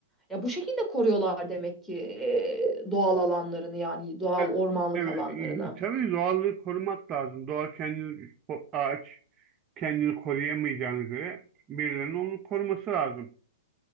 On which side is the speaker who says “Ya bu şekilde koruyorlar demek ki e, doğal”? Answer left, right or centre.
Centre